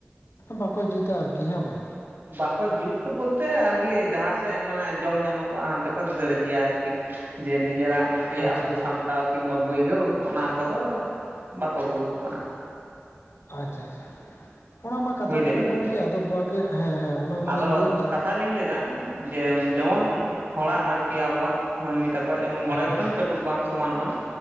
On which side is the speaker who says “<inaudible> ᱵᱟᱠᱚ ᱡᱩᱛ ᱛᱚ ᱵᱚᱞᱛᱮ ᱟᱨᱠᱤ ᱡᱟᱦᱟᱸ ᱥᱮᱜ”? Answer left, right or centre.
Right